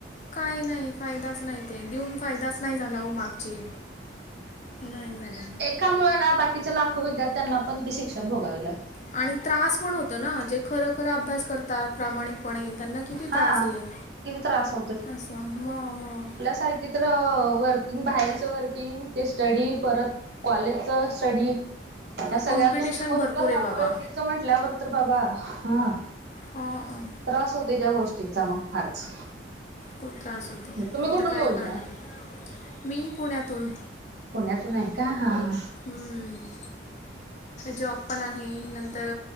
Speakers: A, on the left; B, on the right.
A: काय नाही. फायदाच नाही ते देऊन, फायदाच नाही झाला हो मागची नाही झाला.
B: त्यामुळें ना, बाकीच्या लाखो विद्यार्थ्यांना पण ती शिक्षा भोगावी लागते.
A: आणि त्रास पण होतो ना जे, खर खरं अभ्यास करतात प्रामाणिक. पणे त्यांना किती
B: हा
A: त्रास ये,
B: किती त्रास
A: असं म म..
B: सारखी तर वर्किंग बाहेरचं वर्किंग ते स्टडी परत कॉलेजचं स्टडी या सगळ्यातून.
A: कॉम्पिटिशन
B: <unintelligible>
A: भरपूर आहे बाबा
B: च म्हटल्यावर तर बाबा ह.
A: हा हा.
B: त्रास होते त्या गोष्टींचा मंग फारच.
A: खूप त्रास होतो
B: तुम्ही
A: पण
B: कुठून
A: आता काय
B: बोलताय?
A: करणार मी पुण्यातून
B: पुण्यातून आहे का हा हा.
A: हम्म. जॉब पण आहे नंतर